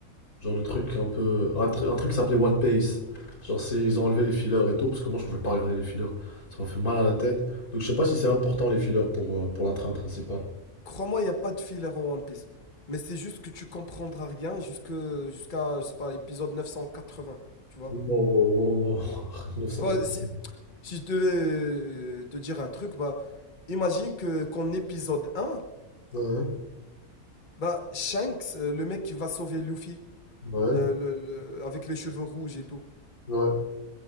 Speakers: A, on the left; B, on the left.
A: Genre le truc un peu. Un, tru- un truc qui s'appelait One Piece. Genre c'est ils ont enlevé les fillers et tout, parce que moi je pouvais pas regarder les fillers. Ça m'a fait mal à la tête. Donc je sais pas si c'est important les fillers pour, euh, pour la trame principale.
B: Crois-moi, il n'y a pas de filler en One Piece. Mais c'est juste que tu comprendras rien jusque, jusqu'à, je sais pas, épisode 980, tu vois.
A: Wow, wow, wow, wow. <laughs> 980.
B: Ouais, si, si je devais euh, te dire un truc, bah, imagine que qu'en épisode 1,
A: Ouais,
B: bah, Shanks, euh, le mec qui va sauver Luffy,
A: ouais,
B: le- le- le- avec les cheveux rouges et tout.
A: ouais.